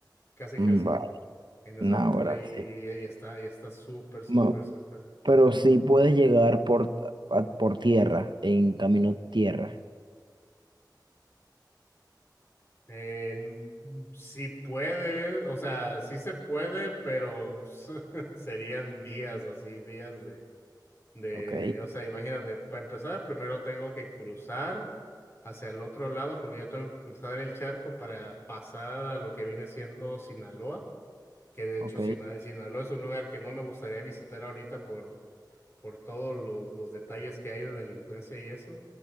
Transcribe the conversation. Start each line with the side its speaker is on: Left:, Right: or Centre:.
Left: casi
Right: mm,
Left: casi,
Right: vale,
Left: en esa
Right: náguara,
Left: puntita. Y, y-
Right: sí.
Left: y está, y está súper, súper,
Right: Ma-
Left: súper.
Right: pero sí puedes llegar por, ta- a- por tierra, en camino tierra.
Left: Eh, n- sí puede, o sea, sí se puede, pero <laughs> serían días así, días de De,
Right: Ok,
Left: o sea, imagínate, para empezar, primero tengo que cruzar hacia el otro lado porque yo tengo que cruzar el charco para pasar a lo que viene siendo Sinaloa que de hecho
Right: ok.
Left: Sina- Sinaloa es un lugar que no me gustaría visitar ahorita por, por todos los, los detalles que hay de delincuencia y eso.